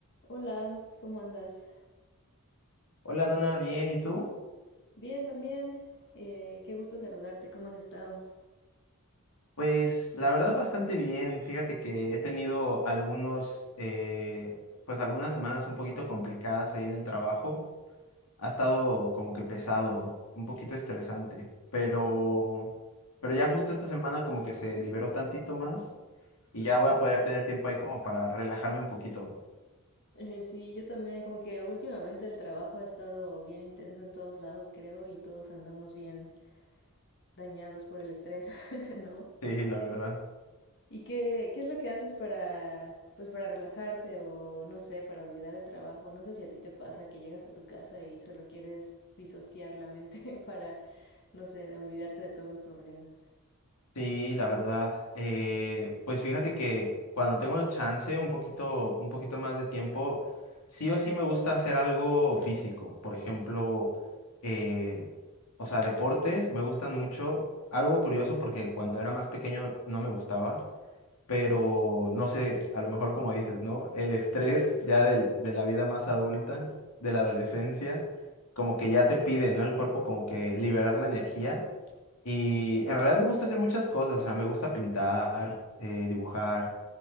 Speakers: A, on the left; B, on the left.
A: Hola, ¿cómo andas?
B: Hola Dana, bien, ¿y tú?
A: Bien, también. Eh, qué gusto saludarte, ¿cómo has estado?
B: Pues la verdad bastante bien. Fíjate que he tenido algunos, eh, pues algunas semanas un poquito complicadas ahí en el trabajo. Ha estado como que pesado, un poquito estresante, pero, pero ya justo esta semana como que se liberó tantito más y ya voy a poder tener tiempo ahí como para relajarme un poquito. <laughs>
A: Eh, sí, yo también, como que últimamente el trabajo ha estado bien intenso en todos lados, creo, y todos andamos bien dañados por el estrés, <laughs> ¿no?
B: Sí, la verdad.
A: ¿Y qué, qué es lo que haces para, pues, para relajarte o, no sé, para olvidar el trabajo? No sé si a ti te pasa que llegas a tu casa y solo quieres disociar la mente <laughs> para, no sé, olvidarte de todos los problemas.
B: Sí, la verdad. Eh, pues fíjate que cuando tengo chance, un poquito, un poquito más de tiempo, sí o sí me gusta hacer algo físico. Por ejemplo, eh, o sea, deportes me gustan mucho. Algo curioso porque cuando era más pequeño no me gustaba pero no sé, a lo mejor como dices, ¿no? El estrés ya del- de la vida más adulta, de la adolescencia, como que ya te pide, ¿no? El cuerpo como que liberar la energía. Y en realidad me gusta hacer muchas cosas, o sea, me gusta pintar, eh, dibujar,